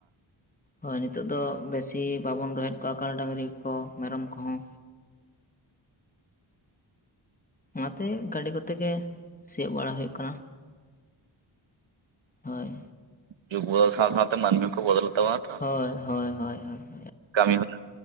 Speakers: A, on the left; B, on the right.
A: ᱦᱳᱭ ᱱᱤᱛᱚᱜ ᱫᱚ ᱵᱮᱥᱤ ᱵᱟᱵᱚᱱ ᱫᱚᱦᱮᱫ ᱠᱚᱣᱟ ᱠᱟᱱᱟ ᱰᱟᱹᱝᱨᱤ ᱠᱚ ᱢᱮᱨᱚᱢ ᱠᱚᱦᱚᱸ᱾ ᱚᱱᱟᱛᱮ ᱜᱟᱹᱰᱤ ᱠᱚᱛᱮ ᱜᱮ ᱥᱤᱭᱳᱚᱜ ᱵᱟᱲᱟ ᱦᱩᱭᱩᱜ ᱠᱟᱱᱟ᱾ ᱦᱳᱭ
B: ᱡᱩᱜᱽ ᱵᱚᱫᱚᱞ ᱥᱟᱶ ᱥᱟᱶᱛᱮ ᱢᱟᱹᱱᱢᱤ ᱠᱚ ᱵᱚᱫᱚᱞᱜ ᱛᱟᱵᱚᱱᱟ ᱛᱚ᱾
A: ᱦᱚᱭ ᱦᱚᱭ ᱦᱚᱭ ᱦᱚᱭ᱾
B: ᱠᱟᱹᱢᱤ ᱦᱚᱨᱟ